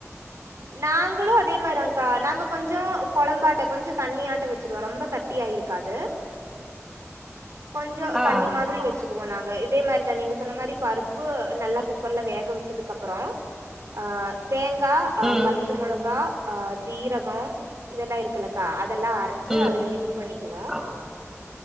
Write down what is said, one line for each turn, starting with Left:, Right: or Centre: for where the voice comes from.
Right: நாங்களு அதே மாரிதாங்க்கா நாங்க கொஞ்சோ கொழம்பாட்டோ கொஞ்சோ தண்ணியாட்ட வெச்சிருவோ ரொம்ப கட்டியாயிருக்காது கொஞ்சோ
Centre: ஆ
Right: தண்ணி மாதிரி வெச் துக்கு போனாங்க இதே மாரிதா நீங்க சொன்ன மாரி பருப்பு நல்லா குக்கர்ல வேக வெச்சதுக்கப்பறோ ஆ தேங்கா
Centre: ம்
Right: பச்ச முளகா அ ஜீரகோ இதெல்லா இருக்குல்லக்கா அதெல்லா அரச்சி
Centre: ம்
Right: அதுல மிக்ஸ் பண்ணிக்குவோ
Centre: ஆ